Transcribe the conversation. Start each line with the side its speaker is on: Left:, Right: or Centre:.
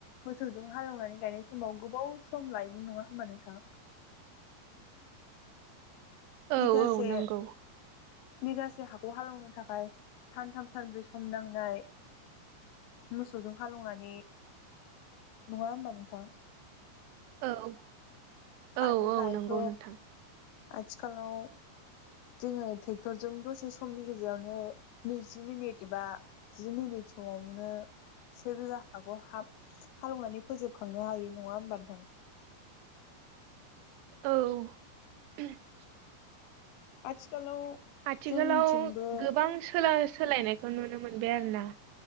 Left: मोसौजों हालेवनानै गायनाय समाव गोबाव सम लायबो नङा होमबानो थां
Right: औ
Left: बिखासे
Right: औ नंगौ
Left: बिगासे हाखौ हालौनो थाखाय सानथाम सानब्रै सम नांनाय मोसौजों हालौवनानै नङा होनबा नोंथां
Right: औ औ
Left: आरो
Right: औ
Left: दायोथ
Right: नंगौ नोंथां
Left: आथिखालाव जोङो ट्रेक्टरजों दसे समनि गेजेरावनो नैजि मिनिट एबा जि मिनिट बे समावनो से बिघा हाखौ हा हालौवनानै फोजोबखांनो हायो नङा होमब नोंथां
Right: <inaudible> औ
Left: आथिखालाव
Right: आथिखालाव
Left: जोंनिथिंबो
Right: गोबां सोलायनायखौ नुनो मोनबाय आरो ना